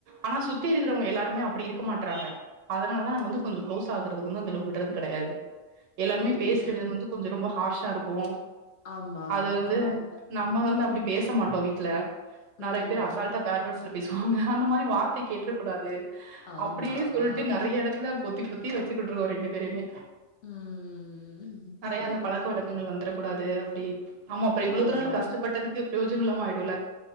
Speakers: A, on the right (about 85°); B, on the left (about 65°).
A: ஆனா சுத்தி இருக்கிறவங்க எல்லாருமே அப்டி இருக்க மாட்றாங்க நா வந்து கொஞ்சோ க்ளோஸ் ஆகுறதுக்கு வந்து அந்தளவுக் விடுறது கெடையாது எல்லாருமே
B: புரியுது.
A: பேசுறவிதோ
B: ம்.
A: வந்து கொஞ்சோ ரொம்ப ஹார்ஷா இருக்கு
B: ஆமா.
A: அது வந்து
B: ஆ.
A: நம் நம்ம வந்து அப்படி பேச மாட்டோ வீட்ல நெறய
B: ம்.
A: பேரு அசால்டா பேட் வேர்ட்ஸ்ல பேசுவாங்க அந்த மாரி வார்த்தை கேட்ற கூடாது
B: ஆமா.
A: அப்டியே சொல்ட்டு
B: ஆ.
A: நெறை நெடச்சுல பொத்தி பொத்தி வச்சுக்கிட்ருக்கோ ரெண்டு பேரயுமே
B: ம்.
A: நெறய
B: சரி,
A: அந்த பழக்க
B: சரி.
A: வழக்கங்கள் வந்தரகூடாது அப்டி ஆமா இப்றோ இவ்ளோ
B: ஆமா.
A: தூரோ வந்து கஷ்டப்பட்டதுக்கு பிரயோஜனோ இல்லாம ஆயிடுல